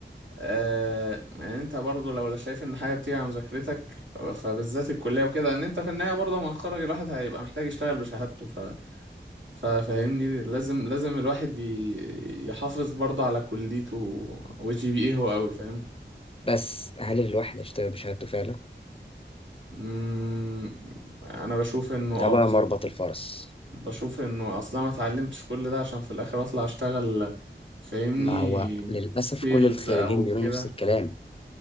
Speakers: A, on the right (about 90°); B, on the left (about 30°).
A: آه يعني انت برضه لو لا شايف ان حاجة بتيجي على مذاكرتك فبالذات الكلية وكده ان انت في النهاية برضه لما يتخرج الواحد هيبقى محتاج يشتغل بشهادته ف... ففاهمني لازم لازم الواحد ي... يحافظ برضه على كليته وجي بي ايه هو قوي فاهم
B: بس هل الواحد هيشتغل بشهادته فعلا
A: مم، انا بشوف انه اه
B: ده بقى
A: بصراحة
B: مربط الفرس
A: بشوف انه اصلا ما اتعلمتش كل ده عشان في الاخر اطلع اشتغل فاهمني
B: ما هو للأسف
A: سيلز
B: كل الخريجين
A: او
B: بيقولوا
A: كده
B: نفس الكلام